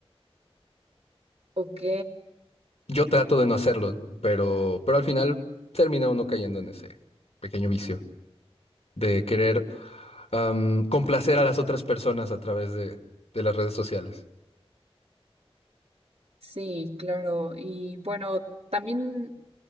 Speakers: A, on the right; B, on the left.
A: Ok,
B: Yo trato de no hacerlo, pero, pero al final termina uno cayendo en ese pequeño vicio de querer am, complacer a las otras personas a través de, de las redes sociales.
A: sí, claro. Y bueno, también